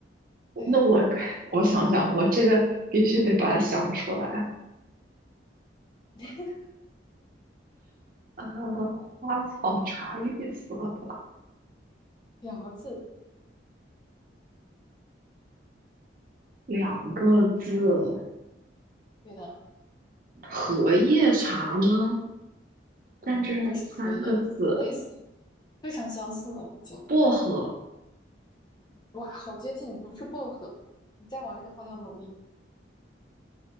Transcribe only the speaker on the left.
对，
<laughs>
两个字。
对的，
嗯
嗯，不是荷叶，类似，非常相似了已经。
哇，好接近，不是薄荷。你再往这个方向努力。